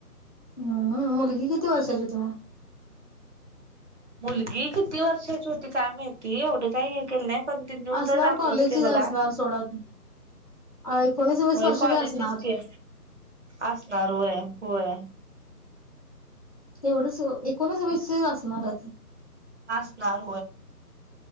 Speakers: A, on the left; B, on the right.
A: हम्म.. मुलगी किती वर्षाची होती मग?
B: मुलगी किती वर्षाची होती. काय माहिती? एवढं काय हे केलं नाही. पण ते न्यूजला
A: असणार
B: दाखवत
A: कॉलेजचीच
B: होते बघा.
A: असणार सोडा ती एकोणीस वीस
B: होय
A: वर्षाची
B: कॉलेजचेच
A: असणार
B: ते असणार होय-होय.
A: तेवढच एकोणच-वीसचेच असणार आहे ती.
B: असणार